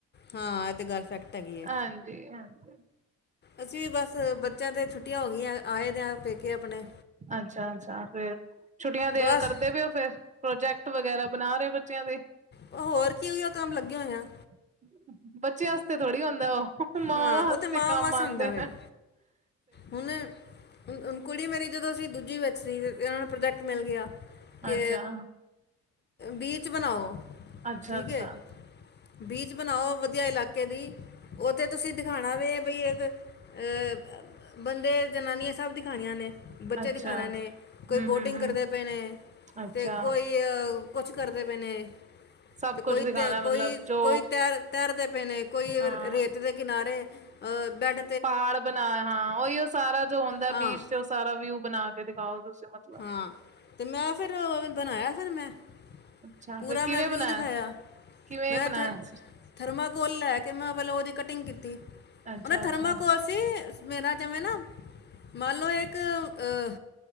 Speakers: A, on the left (about 35°); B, on the right (about 25°).
A: ਹਾਂ ਐ 'ਤੇ ਗੱਲ ਫੈਕਟ ਹੈਗੀ ਏ।
B: ਹਾਂਜੀ-ਹਾਂਜੀ।
A: ਅਸੀਂ ਵੀ ਬਸ ਬੱਚਿਆਂ 'ਤੇ ਛੁੱਟੀਆਂ ਹੋਗੀਆਂ ਆਏ ਦੇ ਆ ਪੇਕੇ ਆਪਣੇ।
B: ਅੱਛਾ-ਅੱਛਾ ਫੇਰ ਛੁੱਟੀਆਂ ਦੇ
A: ਬਸ
B: ਕਰ ਦੇ ਵੇ ਓ ਫੇਰ ਪ੍ਰੋਜੈਕਟ ਵਗੈਰਾ ਬਣਾ ਰੇ ਓ ਬੱਚਿਆਂ ਦੇ।
A: ਹੋਰ ਕੀ ਉਈਓ ਕੰਮ ਲੱਗੇ ਹੋਏ ਆ।
B: <inaudible> ਬੱਚਿਆਂ ਵਾਸਤੇ ਥੋੜੀ ਹੁੰਦਾ ਓ ਮਾਵਾਂ
A: ਹਾਂ ਉਹ
B: ਵਾਸਤੇ
A: ਤੇ ਮਾਂ
B: ਕੰਮ
A: ਵਾਸ
B: ਆਂਦੇ।
A: ਹੁੰਦਾ ਵੇ ਹੁਣ, ਹੁਣ ਕੁੜੀ ਮੇਰੀ ਜਦੋਂ ਸੀ ਦੂਜੀ ਵਿੱਚ ਸੀ ਏਨਾਂ ਨੂੰ ਪ੍ਰੋਜੈਕਟ ਮਿਲ ਗਿਆ ਕੇ
B: ਅੱਛਾ
A: ਬੀਚ ਬਣਾਓ,
B: ਅੱਛਾ-ਅੱਛਾ,
A: ਠੀਕ ਏ ਬੀਚ ਬਣਾਓ ਵਧੀਆ ਇਲਾਕੇ ਦੀ ਓ 'ਤੇ ਤੁਸੀਂ ਦਿਖਾਣਾ ਵੀ ਬਈ ਇੱਕ ਅ ਬੰਦੇ, ਜ਼ਨਾਨੀਆਂ ਸਭ ਦਖਾਣੀਆਂ ਨੇ ਬੱਚੇ
B: ਅੱਛਾ
A: ਦਿਖਾਨੇ ਨੇ ਕੋਈ
B: ਹੂੰ-ਹੂੰ-ਹੂੰ,
A: ਬੋਟਿੰਗ ਕਰਦੇ ਪੇ ਨੇ
B: ਅੱਛਾ
A: 'ਤੇ ਕੋਈ ਅ ਕੁਛ ਕਰਦੇ ਪੇ ਨੇ
B: ਸਭ
A: 'ਤੇ ਕੋਈ
B: ਕੁਛ ਦਿਖਾਣਾ
A: ਤ
B: ਮਤਲਬ
A: ਕੋਈ,
B: ਜੋ
A: ਕੋਈ ਤੈਰ ਤੈਰਦੇ ਪੇ ਨੇ, ਕੋਈ
B: ਹਾਂ
A: ਰੇਤ ਦੇ ਕਿਨਾਰੇ ਅ ਬੈਡ
B: ਪਹਾੜ ਬਣਾ ਹਾਂ ਉਈਓ ਸਾਰਾ ਜੋ ਹੁੰਦਾ
A: ਹਾਂ
B: ਬੀਚ 'ਤੇ ਓ ਸਾਰਾ ਵਿਊ ਬਣਾ ਕੇ ਦਿਖਾਓ ਤੁਸੀਂ ਮਤਲਬ।
A: ਹਾਂ 'ਤੇ ਮੈਂ ਫਿਰ ਬਣਾਇਆ ਫਿਰ ਮੈਂ।
B: ਅੱਛਾ
A: ਪੂਰਾ
B: ਫਿਰ ਕਿਵੇਂ
A: ਮੈਂ ਵਿਊ
B: ਬਣਾਇਆ
A: ਦਖਾਇਆ,
B: ਕਿਵੇਂ
A: ਮੈਂ ਇੱਥੇ
B: ਬਣਾਇਆ
A: ਥਰਮਾਕੋਲ ਲੈ ਕੇ ਮੈਂ ਪਹਿਲਾ ਉਦੀ ਕਟਿੰਗ ਕੀਤੀ,
B: ਅੱਛਾ-ਅੱਛਾ
A: ਓ ਨਾਂ ਥਰਮਾਕੋਲ ਤੀ ਮੇਰਾ ਜਿਵੇਂ ਨਾ ਮੰਨ ਲੋ ਇੱਕ ਅ